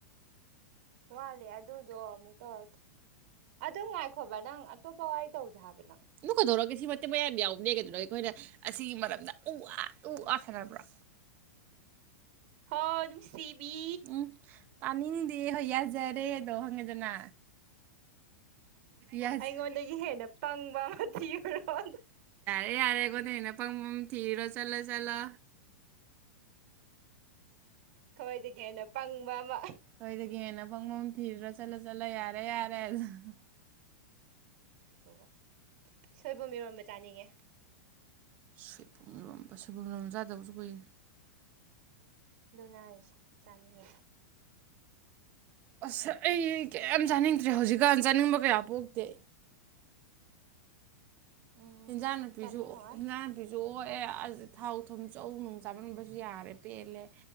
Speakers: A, on the right; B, on the right.
A: ꯋꯥꯠꯂꯦ ꯑꯗꯨꯗꯣ ꯑꯃꯨꯛ ꯇꯧꯔꯦ ꯑꯗꯨ ꯉꯅꯨꯡꯉꯥꯏꯈꯣ ꯅꯪ ꯑꯇꯣꯞꯄ ꯋꯥꯏ ꯇꯧꯖꯦ ꯍꯥꯏꯕꯅꯤ
B: ꯏ ꯀꯗꯧꯔꯣ ꯀ ꯁꯤ ꯃꯌꯥꯝ ꯌꯥꯎꯕꯅꯦ ꯀꯩꯗꯅ ꯑꯩꯈꯣꯏꯅ ꯑꯁꯤꯒꯤ ꯃꯔꯝꯗ ꯎ ꯑ ꯎ ꯑ ꯁꯅꯕ꯭ꯔꯥ
A: ꯍ ꯑꯗꯨ ꯁꯤꯕꯤ
B: ꯎꯝ ꯇꯥꯅꯤꯡꯗꯦ ꯍꯣꯏ ꯌꯥꯖꯔꯦꯗꯣ ꯍꯪꯉꯦꯗꯅ ꯌꯥꯖ
A: ꯑꯩꯉꯣꯟꯗꯒꯤ ꯍꯦꯟꯅ ꯄꯪꯕ ꯑꯃ ꯊꯤꯔꯨꯔꯣ ꯑꯗ
B: ꯌꯥꯔꯦꯒꯣꯟꯗꯦꯅ ꯄꯪꯝ ꯊꯤꯔꯣ ꯆꯠꯂ ꯆꯠꯂ
A: ꯈꯣꯏꯗꯒꯤ ꯍꯟꯅ ꯄꯪꯕ ꯑꯃ
B: ꯀꯣꯏꯒꯦꯟꯅ ꯄꯪꯕꯝ ꯊꯤꯗ꯭ꯔꯥ ꯆꯠꯂ ꯆꯠꯂ ꯌꯥꯔꯦ ꯌꯥꯔꯦ ꯑꯗꯨꯗ
A: ꯁ ꯁꯣꯏꯕ ꯃꯤꯔꯣꯟꯕ ꯆꯥꯅꯤꯡꯉꯦ
B: ꯁꯣꯏꯕꯨꯝꯔꯣꯝꯕ ꯁꯣꯏꯕꯨꯝꯔꯣꯝ ꯆꯥꯗꯕꯁꯨ ꯀꯨꯏ
A: ꯗꯨꯅꯥꯏꯁ ꯆꯅꯤ
B: ꯑꯁꯤꯁ ꯑꯩ ꯀꯌꯥꯝ
A: ꯁꯣꯏꯕꯨꯝꯒ
B: ꯆꯥꯅꯤꯡꯗ꯭ꯔꯦ ꯍꯧꯖꯤꯛꯀꯥꯟ ꯆꯥꯅꯤꯡꯕ ꯀꯌꯥ ꯄꯣꯛ ꯇꯦ
A: ꯎꯝ
B: ꯏꯟꯖꯥꯡ ꯅꯨꯄꯤꯁꯨ
A: ꯆꯥꯅꯤꯡꯉꯛꯑꯣꯏ
B: ꯏꯟꯖꯥꯡ ꯅꯨꯄꯤꯁꯨ ꯑꯣ ꯑꯦ ꯊꯥꯎ ꯊꯨꯝ ꯆꯧ ꯅꯨꯡ ꯆꯥꯃꯟꯕꯁꯨ ꯌꯥꯔꯦ ꯄꯦꯜꯂꯦ